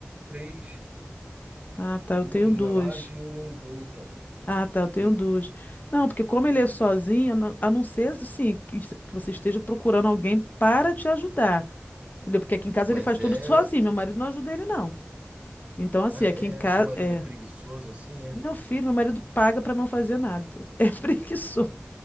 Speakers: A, on the right; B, on the left.
A: três,
B: Ah, tá,
A: duas
B: eu tenho duas.
A: na laje e uma em- então.
B: Ah, tá, eu tenho
A: Tem.
B: duas. Não, porque como ele é sozinho, a não a não ser assim, que s- que você esteja procurando alguém para te ajudar. Entendeu? Porque aqui em casa
A: Mas
B: ele faz tudo
A: é.
B: sozinho, meu marido não ajuda ele, não. Então, assim,
A: Ah,
B: aqui
A: é?
B: em casa,
A: Seu marido
B: é.
A: é preguiçoso assim, é?
B: Meu filho, meu marido paga para não fazer nada. <laughs> É preguiçoso.